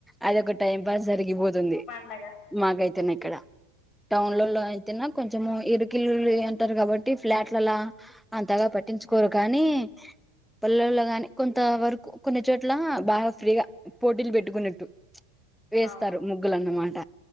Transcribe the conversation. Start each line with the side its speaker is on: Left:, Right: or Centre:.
Centre: అది ఒక టైం పాస్ జరిగిపోతు తుంది
Left: పండగ మ్మ్.
Centre: మాకైతేనా ఇక్కడ టౌన్
Left: అవును
Centre: ల లో అయితేనా కొంచము ఇరుకిల్లులు అంటారు కాబట్టి ఫ్లాట్లలా అంతగా పట్టించుకోరు కానీ పల్లల్లో గాని కొంత వరకు కొన్ని చోటు అట్లా బాగా ఫ్రీగా పోటీలు పెట్టుకున్నట్టు వేస్తారు
Left: అవును
Centre: ముగ్గులన్నమాట